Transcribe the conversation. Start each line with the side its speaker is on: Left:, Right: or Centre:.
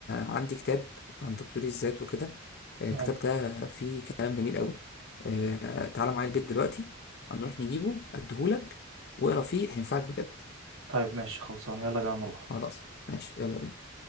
Left: عندي كتاب عن تطوير الذات وكده آه، الكتاب
Right: أيوة.
Left: ده فيه كلام جميل قوي آه، تعالى معايا البيت دلوقتي هنروح نجيبه اديهولك واقرا فيه هينفعك بجد
Right: طيب ماشي خلصان يلا بينا نروح
Left: خلاص ماشي يلا بينا